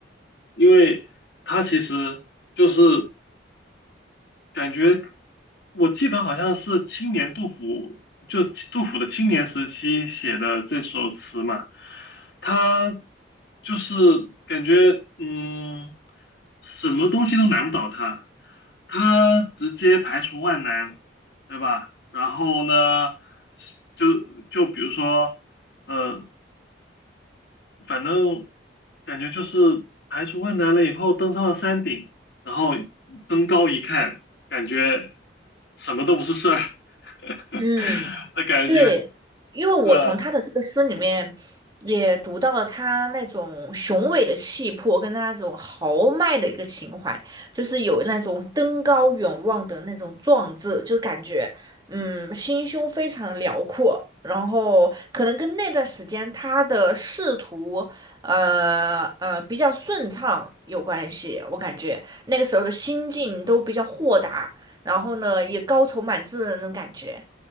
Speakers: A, on the left; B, on the right.
A: 因为它其实就是。感觉我记得好像是青年杜甫，就杜甫的青年时期写的这首词嘛，他就是感觉嗯，什么东西都难不倒他，他直接排除万难，对吧？然后呢，就就比如说，呃，反正感觉就是排除万难了以后，登上了山顶，然后登高一看，感觉什么都不是事儿 <laughs>
B: 嗯。
A: 的感觉。
B: 对，因为我从他的这个诗里面也读到了他那种雄伟的气魄，
A: 那
B: 跟他那种豪迈的一个情怀，就是有那种登高远望的那种壮志，就感觉嗯心胸非常辽阔。然后可能跟那段时间他的仕途，呃呃比较顺畅有关系，我感觉那个时候的心境都比较豁达，然后呢也高愁满志的那种感觉，